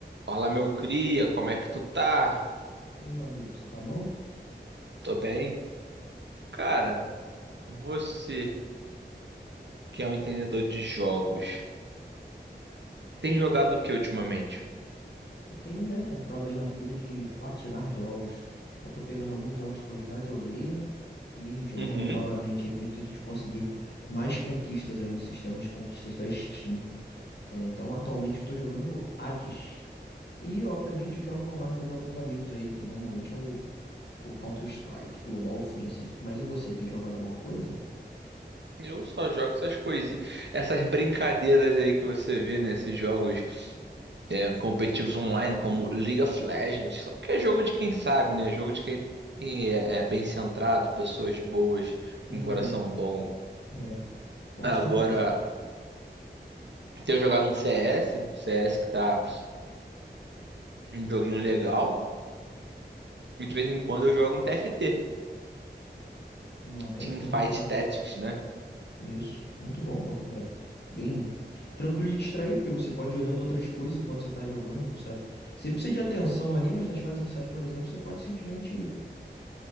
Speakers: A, on the right; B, on the left.
A: Fala, meu cria, como é que tu tá?
B: E aí, meu amigo, você tá bom?
A: Tô bem. Cara, você que é um entendedor de jogos, tem jogado o que ultimamente?
B: Eu tenho, né, entrado aí na pira de platinar jogos. Então, tô pegando alguns jogos que eu já joguei, né? E jogando
A: Uhum.
B: novamente aí com o intuito de conseguir mais conquistas aí no sistema de conquistas da Steam. É, então, atualmente, eu tô jogando Hades. E, obviamente, os jogos online que eu jogo com os amigos aí, né? Que normalmente é o, o Counter-Strike, Global Offensive. Mas e você, tem jogado alguma coisa?
A: Eu só jogo essas coisinhas, essas brincadeiras aí que você vê nesses jogos é, competitivos online, como League of Legends, só que é jogo de quem sabe, né? Jogo de quem, quem é, é bem centrado, pessoas boas,
B: <laughs> Hum,
A: com coração bom.
B: É, com
A: Agora,
B: certeza.
A: tenho jogado um CS, CS que tá um joguinho legal. E de vez em quando eu jogo um TFT,
B: Não, o TFT
A: Teamfight
B: é muito bom.
A: Tactics, né?
B: Isso, muito bom, pô. É bem tranquilo de distrair, porque você pode ir olhando outras coisas enquanto você tá jogando, não precisa. Você precisa de atenção ali, mas nas fases iniciais, por exemplo, você pode simplesmente